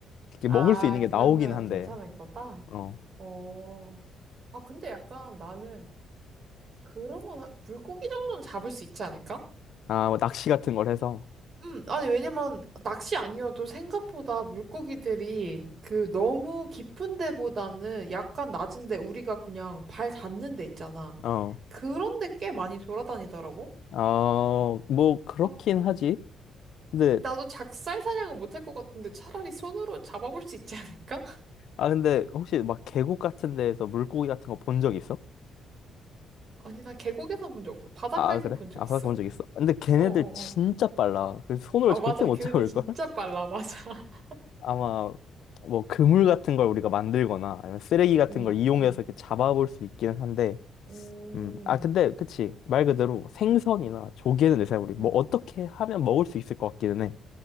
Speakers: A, on the left; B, on the right.
A: 이렇게
B: 아,
A: 먹을 수 있는 게
B: 그러면
A: 나오긴 한데,
B: 괜찮을 거다?
A: 어,
B: 어. 아, 근데 약간 나는 그런 건 한- 물고기 정도는 잡을 수 있지 않을까?
A: 아, 뭐 낚시 같은 걸 해서,
B: 음, 아니, 왜냐면, 낚시 아니어도 생각보다 물고기들이 그 너무 깊은 데보다는 약간 낮은 데 우리가 그냥 발 닿는 데 있잖아.
A: 어,
B: 그런데 꽤 많이 돌아다니더라고?
A: 어, 뭐 그렇긴
B: 아,
A: 하지. 근데,
B: 나도 작살 사냥은 못 할 것 같은데 차라리 손으로 잡아볼 수 있지 않을까? <laughs>
A: 아, 근데 혹시 막 계곡 같은 데에서 물고기 같은 거 본 적 있어?
B: 아니, 난 계곡에선 본 적 없어. 바닷가에선
A: 아, 그래?
B: 본 적
A: 아,
B: 있어.
A: 바닷가 본적 있어? 근데 걔네들
B: 어어어.
A: 진짜
B: 어, 어,
A: 빨라. 그 손으로
B: 어. 어,
A: 절대
B: 맞아.
A: 못
B: 걔네들
A: 잡을걸?
B: 진짜
A: <laughs>
B: 빨라. 맞아. <laughs>
A: 아마 뭐 그물 같은 걸 우리가 만들거나 아니면 쓰레기 같은
B: 응,
A: 걸 이용해서
B: 응.
A: 이렇게 잡아볼 수 있기는 한데,
B: 음, 음,
A: 음, 아, 근데 그치. 말 그대로 생선이나 조개는 내 생각에 우리
B: 음,
A: 뭐 어떻게 하면 먹을 수 있을 것 같기는 해.